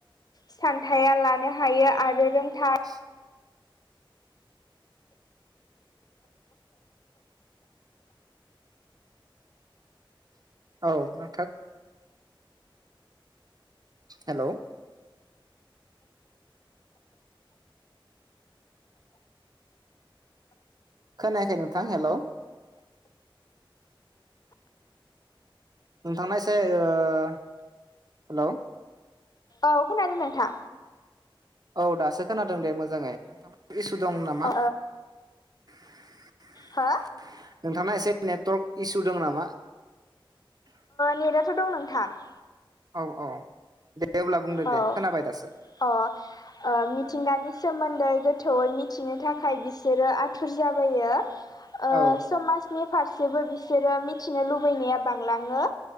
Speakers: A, on the left; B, on the right.
A: सानथाया लानो हायो आरो रोंथा
B: ज <inaudible> औ नोंथां। हेल'? खोनायाखै नोंथां हेल'? नोंथांनाय ए एसे हेल
A: औ खोनादों नोंथां?
B: औ दासो खोनादों दे मोजाङै। नोंथां इसु दं नामा?
A: ओ
B: <inaudible>
A: हो
B: नोंथाङा एसे नेटवर्क इसु दङ नामा?
A: नेटआथ' दं नोंथां।
B: औ औ दे अब्ला बुंदो
A: औ
B: दे खोनाबाय दासो।
A: अ मिथिंगानि सोमोन्दै गोथौयै मिथिनो थाखाय बिसोरो आथुर जाबोयो।
B: औ
A: समाजनि फारसेबो बिसोरो मिथिनो लुबैनाया बांलाङो।